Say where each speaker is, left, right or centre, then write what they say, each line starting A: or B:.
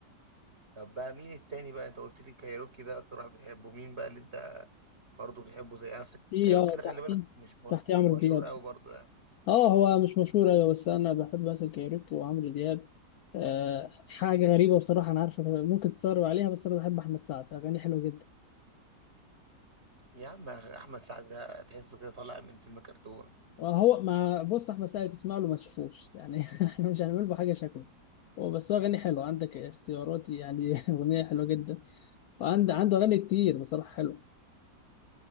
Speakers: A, on the right; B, on the left.
A: طب بقى مين التاني بقى انت قلت لي كايروكي ده اكتر واحد بتحبه مين بقى اللي انت برضو بتحبه زي انا بس
B: دي
A: كايروكي
B: اه
A: ده خلي
B: تحتي
A: بالك مش م-
B: تحتي
A: مش
B: عمرو
A: مشهور
B: دياب
A: قوي برضو يعني
B: اه هو مش مشهور ايوه بس انا بحب مثلا كايروكي وعمرو دياب آه حاجه غريبه بصراحه انا عارفه ممكن تستغرب عليها بس انا بحب احمد سعد اغانيه حلوه جدا
A: يا عم احمد سعد ده تحسه كده طالع من فيلم كرتون
B: هو ما بص احمد سعد تسمع له ما تشوفوش يعني <laughs> احنا مش هنعمل له حاجه شكله هو بس هو اغاني حلوه عندك اختياراتي يعني <laughs> اغنيه حلوه جدا وعنده عنده اغاني كتير بصراحه حلوه